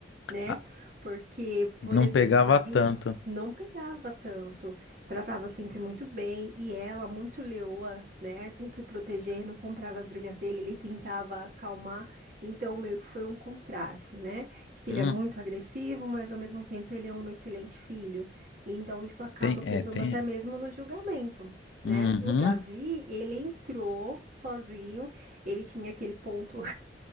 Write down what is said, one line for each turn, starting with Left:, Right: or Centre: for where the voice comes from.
Right: né?
Left: ah,
Right: Porque,
Left: não
Right: por exemplo,
Left: pegava
Right: Davi,
Left: tanto.
Right: ele não pegava tanto, tratava sempre muito bem, e ela, muito leoa, né? Sempre protegendo, comprava as brigas dele, ele tentava acalmar, então meio que foi um contraste, né? De que
Left: Hum,
Right: ele é muito agressivo, mas ao mesmo tempo ele é um excelente filho. Então isso acaba
Left: tem, é,
Right: pesando
Left: tem.
Right: até
Left: é.
Right: mesmo no julgamento. Né?
Left: Uhum,
Right: O Davi, ele entrou sozinho, ele tinha aquele ponto